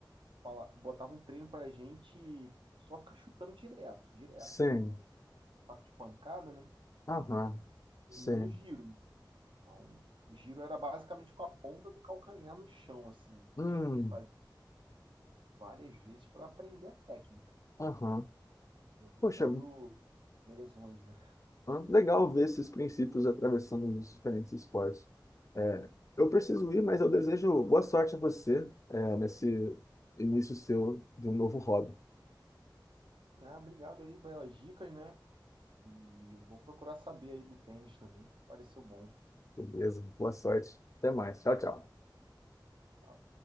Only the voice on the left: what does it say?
Sim.
Aham. Sim.
Hum.
Aham.
Poxa, uhum,
legal ver esses princípios atravessando os diferentes esportes. É, eu preciso ir, mas eu desejo boa sorte a você, é, nesse início seu de um novo hobby.
Beleza? Boa sorte. Até mais. Tchau, tchau.